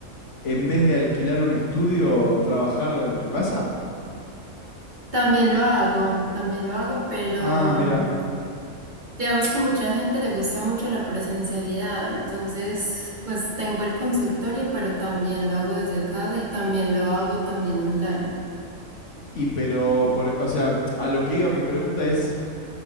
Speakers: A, on the left; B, on the right.
A: en vez de alquilar un estudio, trabajar en tu casa?
B: También lo hago, también lo hago, pero
A: Ah, mira.
B: mm, digamos que mucha gente le gusta mucho la presencialidad. Entonces, pues tengo el consultorio, pero también lo hago desde casa y también lo hago también online.
A: Y pero, por, o sea, a lo que iba mi pregunta es